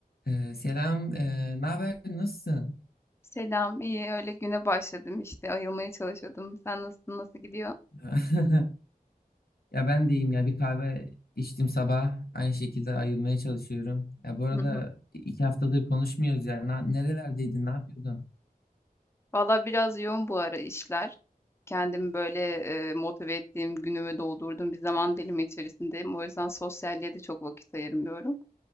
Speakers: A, on the left; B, on the left.
A: Ee, selam, ee, ne haber? Nasılsın?
B: Selam, iyi. Öyle güne başladım işte. Ayılmaya çalışıyordum. Sen nasılsın? Nasıl gidiyor?
A: <laughs> Ya ben deyim ya bir kahve içtim sabah. Aynı şekilde ayılmaya çalışıyorum. Ya bu arada
B: Hı hı.
A: iki haftadır konuşmuyoruz yani. Na- nerelerdeydin? Ne yapıyordun?
B: Valla biraz yoğun bu ara işler. Kendimi böyle e, motive ettiğim günümü doldurdum. Bir zaman dilimi içerisindeyim. O yüzden sosyalliğe de çok vakit ayırmıyorum.